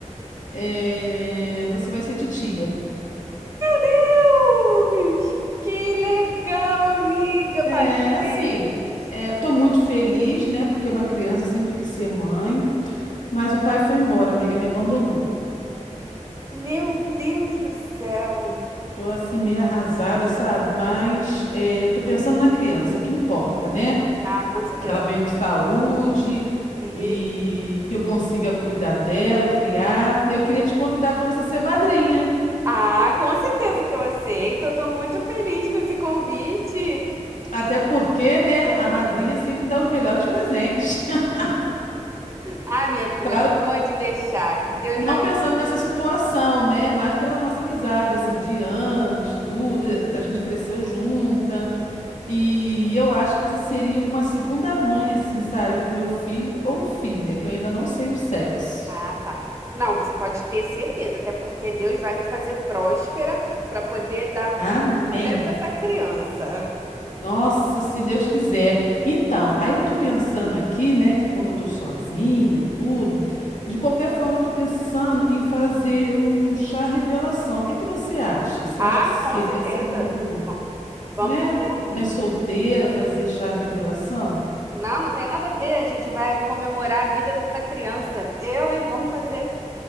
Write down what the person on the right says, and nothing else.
Deus! Que legal, amiga!
Parabéns!
Meu Deus do céu!
Ah, com certeza.
E...
Ah, com certeza que eu aceito. Eu tô muito feliz com esse convite.
Ah, minha filha,
pode deixar, que Deus
vai.
Ah, tá. Não, você pode ter certeza, até porque Deus vai me fazer próspera para poder dar
o que puder para essa criança.
Hum.
Ah,
com certeza.
Bom, Vamos
fazer.
Não, não tem nada a ver. A gente vai comemorar a vida dessa criança. Eu, hein? Vamos fazer.